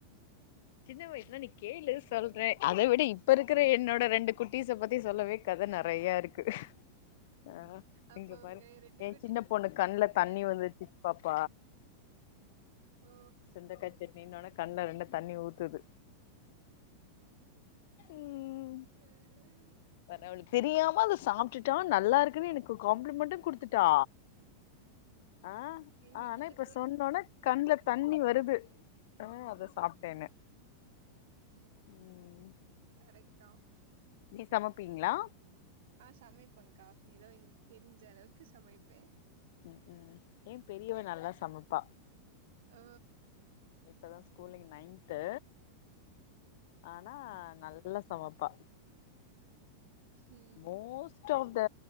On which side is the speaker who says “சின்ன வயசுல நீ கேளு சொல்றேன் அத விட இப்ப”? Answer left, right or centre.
Left